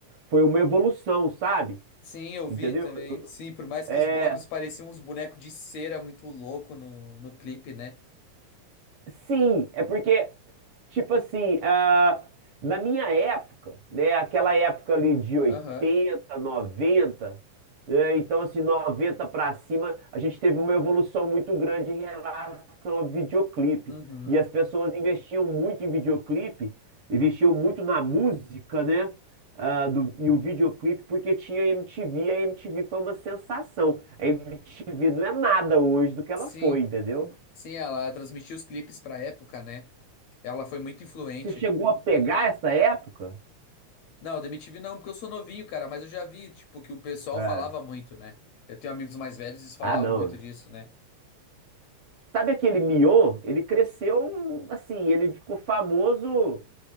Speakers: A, on the right; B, on the left.
A: foi uma evolução, sabe?
B: Sim, eu
A: Entendeu?
B: vi também. Sim, por mais
A: É,
B: que os blocos pareciam uns bonecos de cera muito louco no, no clipe, né?
A: Sim, é porque, tipo assim, ah, na minha época, né, aquela época ali de oitenta,
B: Aham.
A: 90, né, então assim, 90 pra cima, a gente teve uma evolução muito grande em relação ao videoclipe.
B: Uhum.
A: E as pessoas investiam muito em videoclipe, investiam muito na música, né? ah, do- e o videoclipe, porque tinha MTV, a MTV foi uma sensação. A MTV não é nada hoje do que ela
B: Sim.
A: foi, entendeu?
B: Sim, ela transmitiu os clipes pra época, né? Ela foi muito influente.
A: Você chegou a pegar essa época?
B: Não, da MTV não, porque eu sou novinho, cara, mas eu já vi, tipo, que o pessoal
A: É.
B: falava muito, né? Eu tenho amigos mais velhos e eles falavam
A: Ah, não.
B: muito disso, né?
A: Sabe aquele Mion? Ele cresceu assim, ele ficou famoso